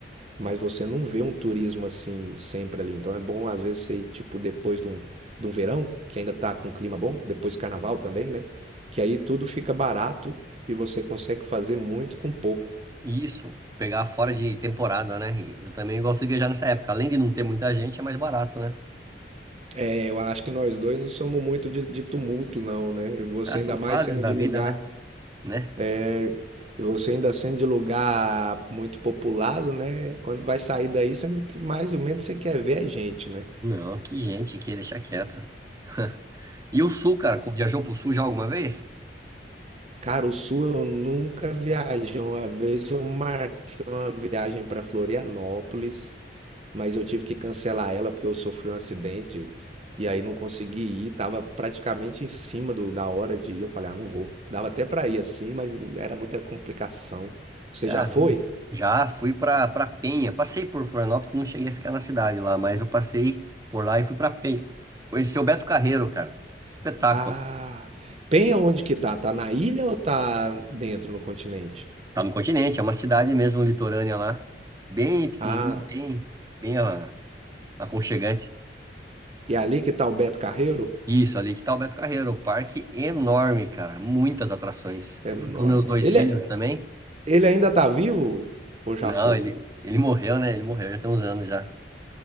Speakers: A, on the right; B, on the right.
A: Mas você não vê um turismo assim sempre ali. Então é bom, às vezes, você ir, tipo, depois de um, de um verão, que ainda tá com clima bom, depois do carnaval também, né? Que aí tudo fica barato e você consegue fazer muito com pouco.
B: isso, pegar fora de temporada, né? E Eu também gosto de viajar nessa época. Além de não ter muita gente, é mais barato, né?
A: É, eu acho que nós dois não somos muito de, de tumulto, não, né? E você
B: Ah, são
A: ainda mais
B: fases
A: sendo
B: da
A: de
B: vida,
A: lugar.
B: né? Né?
A: é, E você ainda sendo de lugar muito populado, né? Quando vai sair daí, sendo que mais ou menos você quer ver a gente, né?
B: Não, que gente aqui, deixa quieto. <laughs> E o Sul, cara, viajou pro Sul já alguma vez?
A: Cara, o Sul eu nunca viajei. Uma vez eu marquei uma viagem para Florianópolis, mas eu tive que cancelar ela porque eu sofri um acidente e aí não consegui ir. Tava praticamente em cima do- da hora de ir. Eu falei, ah, não vou. Dava até para ir assim, mas era muita complicação. Você
B: Caramba.
A: já foi?
B: Já fui pra, pra Penha. Passei por Florianópolis, não cheguei a ficar na cidade lá, mas eu passei por lá e fui pra Penha. Conheci o Beto Carreiro, cara. Espetáculo.
A: Ah, Penha onde que tá? Tá na ilha ou tá dentro no continente?
B: Tá no continente, é uma cidade mesmo litorânea lá. Bem pequenininha,
A: Ah,
B: bem, bem ah, aconchegante.
A: e é ali que tá o Beto Carreiro?
B: Isso, ali que tá o Beto Carreiro. O parque enorme, cara. Muitas atrações.
A: É
B: Eu
A: Enorme.
B: fui com meus dois
A: Ele,
B: filhos
A: é-
B: também.
A: ele ainda tá vivo ou já
B: Não,
A: foi?
B: ele, ele morreu, né? Ele morreu já tem uns anos já.